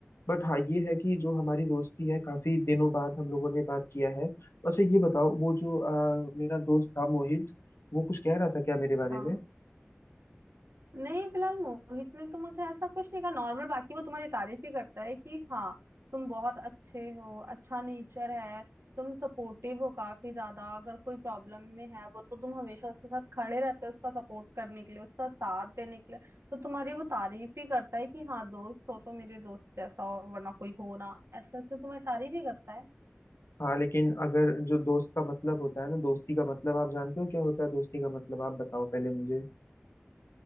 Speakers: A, on the left; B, on the right.
A: बट हाँ ये है कि जो हमारी दोस्ती है काफी दिनों बाद हम लोगों ने बात किया है वैसे ये बताओ वो जो आ, मेरा दोस्त था मोहित वो कुछ कह रहा था क्या मेरे बारे
B: हाँ
A: में
B: नहीं फिलहाल मोहित ने तो मुझे ऐसा कुछ नहीं कहा नॉर्मल बाकी वो तुम्हारी तारीफ ही करता है कि हाँ तुम बहुत अच्छे हो अच्छा नेचर है तुम सपोर्टिव हो काफी ज्यादा अगर कोई प्रॉब्लम में है वो तो तुम हमेशा उसके साथ खड़े रहते हो उसका सपोर्ट करने के लिए उसका साथ देने के लिए तो तुम्हारी वो तारीफ ही करता है कि हाँ दोस्त हो तो मेरे दोस्त जैसा हो वरना कोई हो ना ऐसे ऐसे तुम्हारी तारीफ ही करता है
A: हाँ लेकिन अगर जो दोस्त का मतलब होता है ना दोस्ती का मतलब आप जानते हो क्या होता है दोस्ती का मतलब आप बताओ पहले मुझे